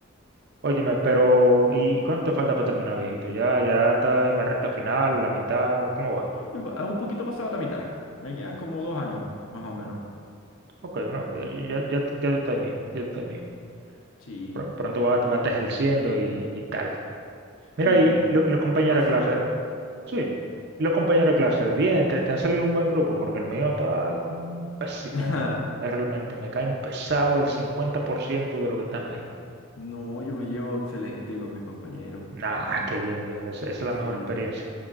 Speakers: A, on the right; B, on the left.
A: Óyeme, pero ¿y, y cuánto falta para terminar, viejito? Ya, ya está en la recta final, la mitad, ¿cómo va?
B: Eh, a un poquito pasado la mitad. Me quedan como dos años, más o menos.
A: Ok, no, ya, ya, ya, ya tú ya estás ahí mismo, ya tú estás ahí mismo.
B: Sí,
A: Pr- Pronto va, va
B: sí.
A: a estar ejerciendo y, y tal. Mira,
B: Sí.
A: y lo- los compañeros
B: ¿Te pasa,
A: de clase,
B: hola?
A: sí, los compañeros de clase, bien, te, te han salido un buen grupo, porque el mío está con- pésimo,
B: <laughs>
A: eh, realmente, me caen pesado el 50% de lo que están ahí.
B: No, yo me llevo excelente con mis compañeros.
A: Nah, qué bien, viejo, esa, esa es la mejor
B: Sí,
A: experiencia,